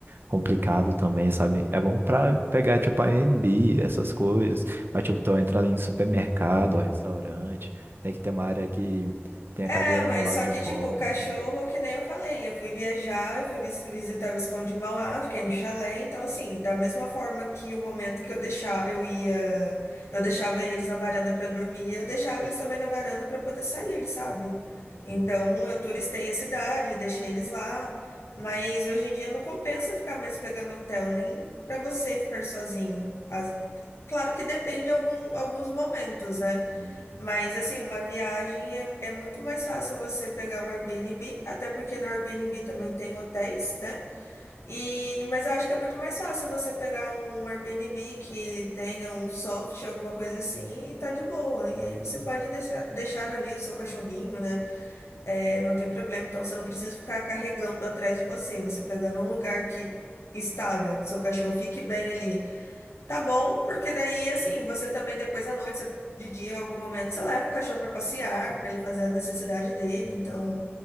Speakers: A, on the right; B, on the left.
A: complicado também, sabe? É bom pra pegar, tipo, Airbnb, essas coisas. Mas, tipo, tu entra em supermercado, restaurante, tem que ter uma área que tem
B: É,
A: a cadeira
B: mas
A: no lado
B: só
A: de
B: que,
A: fora.
B: tipo, o cachorro,
A: tudo.
B: que nem eu falei, eu fui viajar, eu fui vis- visitar o Visconde de Mauá, fiquei no chalé, então, assim, da mesma forma que o momento que eu deixava, eu ia, eu deixava eles na varanda pra dormir, eu deixava eles também na varanda pra poder sair, sabe? Então,
A: Uhum.
B: eu turistei a cidade, deixei eles lá, mas hoje em dia não compensa ficar mais pegando hotel, nem pra você ficar sozinho. As- Claro que depende de algum, alguns momentos, né?
A: Uhum.
B: Mas, assim, uma viagem é, é muito mais fácil você pegar um Airbnb, até porque no Airbnb também tem hotéis, né? E, mas eu acho que é muito mais fácil você pegar um Airbnb que tenha um soft, alguma coisa assim, e tá de boa. E aí você pode deixar, deixar ali o seu cachorrinho, né? É, não tem problema. Então você não precisa ficar carregando atrás de você, você pegando um lugar que. Estável, que seu cachorro fique bem ali. Tá bom, porque daí, assim, você também depois à noite, você- de dia, em algum momento, você leva o cachorro pra passear, pra ele fazer a necessidade dele. Então,